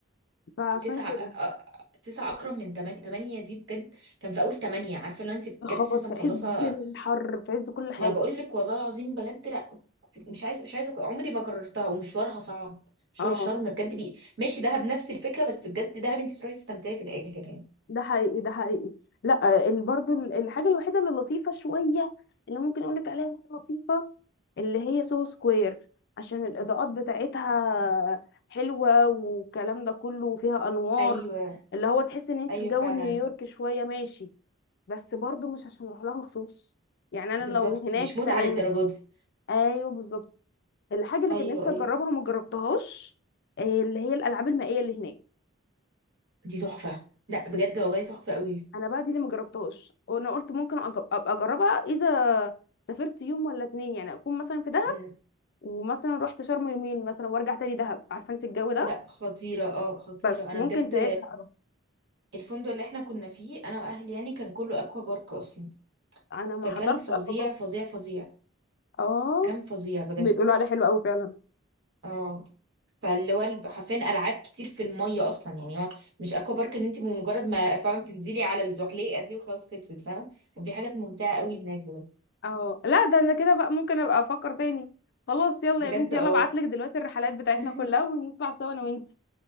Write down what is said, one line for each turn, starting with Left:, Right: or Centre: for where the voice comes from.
Left: فعشان
Right: تسعة
Left: كده
Right: آه، تسعة أكرم من تمانية تمانية دي بجد كان في أول تمانية عارفة اللي هو أنت بجد
Left: خبر
Right: لسه
Left: في
Right: مخلصة
Left: عز الحر في عز كل حاجة
Right: ما بقولك والله العظيم بجد لأ مش عايزة مش عايزة عمري ما كررتها ومشوارها صعب مشوار
Left: اه
Right: شرم بجد بي ماشي دهب نفس الفكرة بس بجد دهب أنت بتروحي تستمتعي في الآخر يعني
Left: ده حقيقي ده حقيقي لا ال- برضو ال- الحاجة الوحيدة اللي لطيفة شوية اللي ممكن اقولك عليها إنها لطيفة اللي هي سو سكوير عشان الإضاءات بتاعتها حلوة والكلام ده كله وفيها أنوار
Right: ايوه
Left: اللي هو تحس ان انت
Right: ايوه
Left: في جو
Right: فعلا
Left: نيويورك شوية ماشي بس برضو مش عشان اروح لها مخصوص يعني انا
Right: بالظبط
Left: لو هناك
Right: مش متعة
Left: تمام
Right: للدرجة دي
Left: ايوه بالظبط الحاجة اللي
Right: ايوه
Left: كان نفسي
Right: ايوه
Left: اجربها وما جربتهاش آه، اللي هي الألعاب المائية اللي هناك
Right: دي تحفة لأ بجد والله تحفة قوي
Left: انا بقى دي اللي مجربتهاش وانا قلت ممكن أجب... ابقى اجربها اذا سافرت يوم ولا اتنين يعني اكون مثلا في دهب
Right: مم.
Left: ومثلا رحت شرم يومين مثلا وارجع تاني دهب عارفه انت الجو ده
Right: لأ خطيرة اه خطيرة
Left: بس
Right: أنا
Left: ممكن
Right: بجد
Left: ساعتها اروح
Right: الفندق اللي احنا كنا فيه انا واهلي يعني كان كله اكوا بارك اصلا
Left: انا ما
Right: فكان
Left: حضرتش
Right: فظيع
Left: اصلا
Right: فظيع فظيع
Left: اه
Right: كان فظيع بجد
Left: بيقولوا عليه حلو قوي فعلا
Right: اه فاللي هو الب- حرفيا العاب كتير في الميه اصلا يعني هو مش اكوا بارك ان انت بمجرد ما فاهمه بتنزلي على الزحليقه دي وخلاص خلصت فاهمه كان في حاجات ممتعه قوي هناك بجد
Left: اه لا ده انا كده بقى ممكن ابقى افكر تاني خلاص يلا
Right: بجد
Left: يا بنتي
Right: اه
Left: يلا ابعتلك دلوقتي الرحلات بتاعتنا
Right: <laughs>
Left: كلها ونطلع سوا انا وانتي